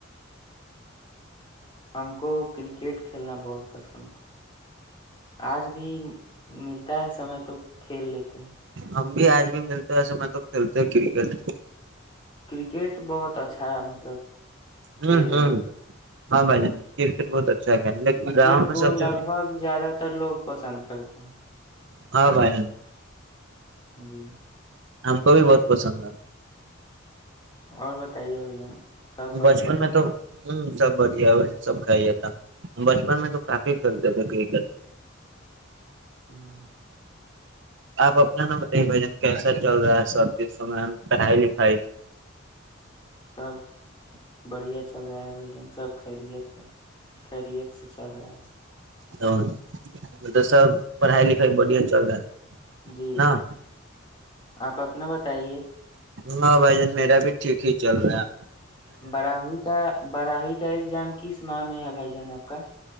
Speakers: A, on the left (about 25°); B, on the right (about 60°).
A: ہم کو کرکٹ کھیلنا بہت پسند <unintelligible> آج بھی مل <unintelligible> تا ہے سمے تو کھیل لیتے ہیں <unintelligible>
B: ہم بھی آج بھی ملتے ہیں اسسے میں تو کھیلتے ہیں کرکٹ
A: کرکٹ بہت اچھا مطلب
B: ہوں
A: کھیل
B: ہوں
A: ہے
B: ہاں بائی جان کرکٹ بہت اچھا کھیل لیکن
A: کرکٹ
B: گاؤں میں
A: کو
B: سب سے
A: لگ بھگ زیادہ تر لوگ پسند کرتے ہیں
B: ہاں بھائی
A: بھی
B: ہم کو بھی بہت پسند ہے
A: اور بتائیے بھائی جان سب بڑھیا
B: بچپن میں تو ہوں سب بڑھیا بس سب کھائی تھا بچپن میں تو کافی کھیلتے تھے ککٹ
A: ہاں
B: آپ اپنا نا بتائیے بھ جن کیسا چل رہا ہے سب چیزوں میں پڑھائی لکھائی
A: سب بڑھیا چل رہا ہے بیجن سب خیریت ہے خیریت سے چل رہا ہے سب
B: ہ مطلب سب پڑھائی لکھائی بڑیا چل رہا ہے
A: جی
B: نا
A: بھائی ج آپ اپنا بتائیے
B: ہاں بھائیان میرا بھی ٹھیک ہی چل رہا ہیں
A: باراوی کا باراوی کا ایگزام کس ماہ میں ہے بھائی جان آپ کا